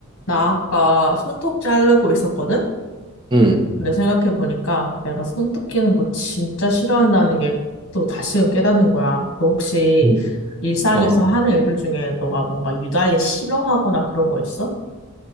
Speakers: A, on the left (about 60°); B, on the right (about 20°).
A: 나 아까 손톱 자르고 있었거든?
B: 음,
A: 근데 생각해보니까 내가 손톱 끼는 거 진짜 싫어한다는 게 또 다시금 깨닫는 거야. 너 혹시
B: 음.
A: 일상에서
B: 어,
A: 하는 일들 중에 너가 뭔가 유달리 싫어하거나 그런 거 있어?